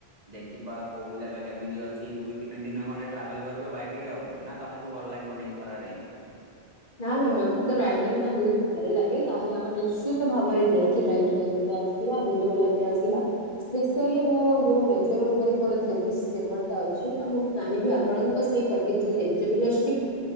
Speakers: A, on the right (about 40°); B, on the left (about 50°).
A: ଦେଖିବା କୋଉ ଜାଗା କେମିତି ଅଛି ଦୁଇ, ତିନି ଦିନ ଖଣ୍ଡେ ଟ୍ରାଭେଲ କରିବା ବାଇକ ରେ ଆଉ ନା ତମକୁ ଭଲ ଲାଗିବନି। ଖରାରେ।
B: ନା ନା ମୋତେ ତ ରାଇଡିଙ୍ଗ ଟା ବହୁତ ଭଲ ଲାଗେ। ତାହେଲେ ଆମେ ନିଶ୍ଚିତ ଭାବରେ ଯାଇ କି ରାଇଡ୍ କରିକି ଆସିବା। ବୁଲି ବୁଲା କି ଆସିବା। ସ୍ପେଶାଲି ମୋ ଯୋଉ ନେ ଚର ଉପରେ ମୋର ଛେତିଶ ପେପର୍ ଟା ଅଛି। ତ ମୁଁ ଚାହିଁବି ଆପଣଙ୍କ ସେଇ ପଟି ଯୋଉ ନେଚର ରିଲେଷ୍ଟିକ୍